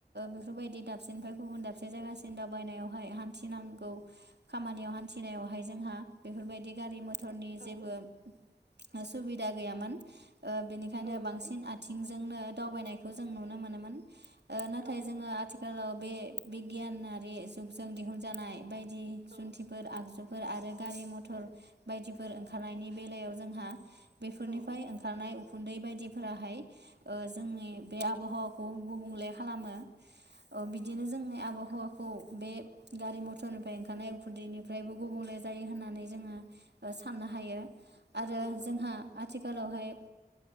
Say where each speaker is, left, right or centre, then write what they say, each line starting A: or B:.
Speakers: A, on the right; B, on the right.
A: बेफोरबायदि दाबसेनिफ्राय गुबुन दाबसे जायगासिम दावबायनायावहाय हान्थिनांगौ खामानियाव हान्थिनायावहाय जोंहा बेफोरबायदि गारि मथर मथरनि
B: औ
A: जेबो सुबिदा गैयामोन बेनिखायनो
B: औ नंगौ
A: बांसिन आथिंजोंनो दावबायनायखौ जों नुनो मोनोमोन नाथाय
B: औ
A: जोङो आ आथिखालाव बे बिगियानारि जुगजों दिहुनजानाय बायदि
B: औ
A: जुन्थि फोर आगजुफोर आरो गारि मथर बायदिफोर ओंखारनायनि बेलायाव जोंहा बेफोरनिफ्राय
B: औ
A: ओं खारनाय उखुन्दै बायदिफोराहाय जोंनि बे आबहावाखौ गुबुंले खालामो। औ बिदिनो जोंनि आबहावा खौ बे गारि मथरनिफ्राय ओंखारनाय उखुन्दैनिफ्रायबो गुबुंले जायो होननानै जोङो साननो हायो आरो
B: औ नंगौ
A: जोंहा आथिखालावहाय